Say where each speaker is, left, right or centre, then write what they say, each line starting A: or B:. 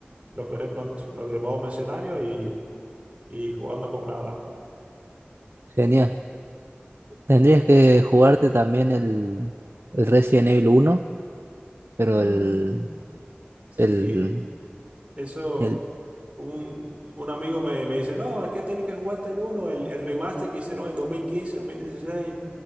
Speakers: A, on the right; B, on the right.
A: los veré pronto. Los de modo mercenario y, y jugando con Ada.
B: Genial. Tendrías que jugarte también el, el Resident Evil uno pero
A: Mm.
B: el,
A: Sí,
B: el
A: Eso,
B: El,
A: un, un amigo me, me dice, no, es que tienes que jugarte el uno el, el remaster que hicieron en dos dos mil quince dos mil dieciséis